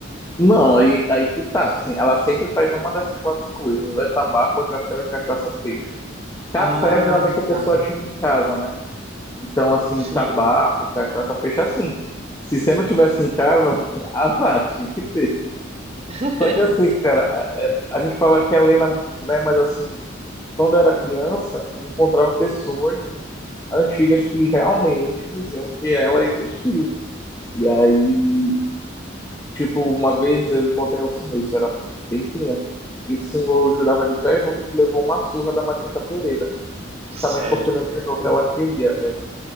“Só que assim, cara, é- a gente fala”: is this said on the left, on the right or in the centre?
Left